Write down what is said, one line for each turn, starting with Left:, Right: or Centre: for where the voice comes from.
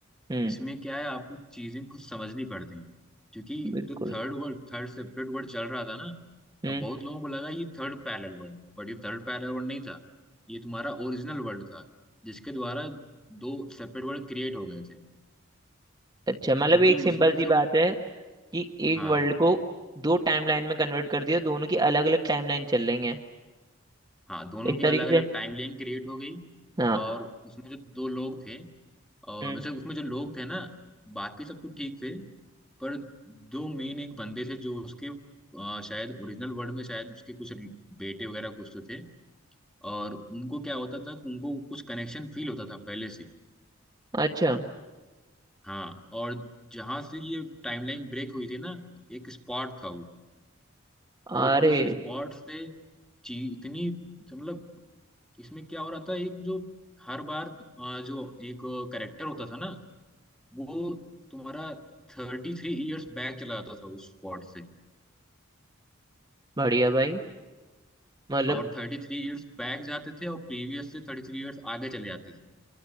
Right: हम्म
Centre: इसमें क्या है आपको चीजें खुद समझनी पड़ती हैं क्योंकि
Right: बिल्कुल
Centre: जो third world third separate world चल रहा था ना
Right: हम्म
Centre: अब बहुत लोगों को लगा ये थर्ड पैरेलल वर्ड है बट ये थर्ड पैरेलल वर्ड नहीं था ये तुम्हारा ओरिजिनल वर्ड था जिसके द्वारा दो सेपरेट वर्ड क्रिएट हो गए थे
Right: अच्छा मतलब
Centre: क्योंकि
Right: एक सिंपल
Centre: उसमें
Right: सी
Centre: जो
Right: बात है कि एक
Centre: हाँ
Right: वर्ल्ड को दो टाइमलाइन में कन्वर्ट कर दिया दोनों की अलग अलग टाइमलाइन चल रही हैं
Centre: हाँ दोनों
Right: इस
Centre: की
Right: तरीके
Centre: अलग अलग
Right: से
Centre: टाइम लाइन क्रिएट हो गई
Right: हाँ
Centre: और उसमें जो दो लोग थे और
Right: हम्म
Centre: वैसे उसमें जो लोग थे ना बाकी सब तो ठीक थे पर दो मेन एक बंदे थे जो उसके अ, शायद ओरिजिनल वर्ड में शायद उसके कुछ बेटे वगैरह कुछ तो थे और उनको क्या होता था कि उनको कुछ कनेक्शन फील होता था पहले से ही।
Right: अच्छा
Centre: हाँ और जहाँ से ये टाइमलाइन ब्रेक हुई थी ना एक स्पॉट था वो और
Right: अरे
Centre: उस स्पॉट से ची इतनी मतलब इसमें क्या हो रहा था एक जो हर बार अ, जो एक करेक्टर होता था ना वो तुम्हारा थर्टी थ्री ईयर्स बैक चला जाता था उस स्पॉट से
Right: बढ़िया भाई मतलब
Centre: और थर्टी थ्री ईयर्स बैक जाते थे और प्रीवियस से थर्टी थ्री ईयर्स आगे चले जाते थे